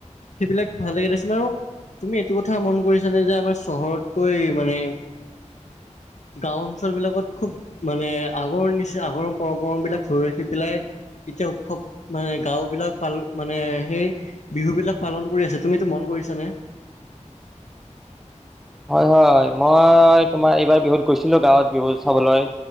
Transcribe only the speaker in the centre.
হয় হয়, মই তোমাৰ এইবাৰ বিহুত গৈছিলোঁ গাঁৱত বিহু চাবলৈ।